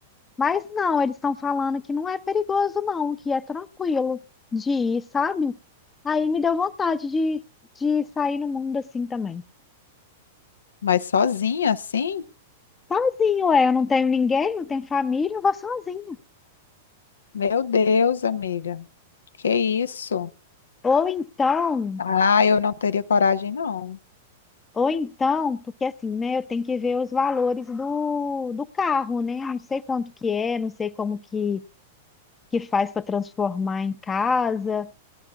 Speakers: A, on the left (about 20°); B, on the left (about 80°).
A: Mas não, eles estão falando que não é perigoso, não, que é tranquilo de ir, sabe? Aí me deu vontade de, de sair no mundo assim também.
B: Mas sozinha assim?
A: Sozinho, é, eu não tenho ninguém, não tenho família, eu vou sozinha.
B: Meu Deus, amiga. Que isso?
A: Ou então,
B: Ah, eu não teria coragem, não.
A: ou então, porque assim, né, eu tenho que ver os valores do, do carro, né? Não sei quanto que é, não sei como que, que faz para transformar em casa,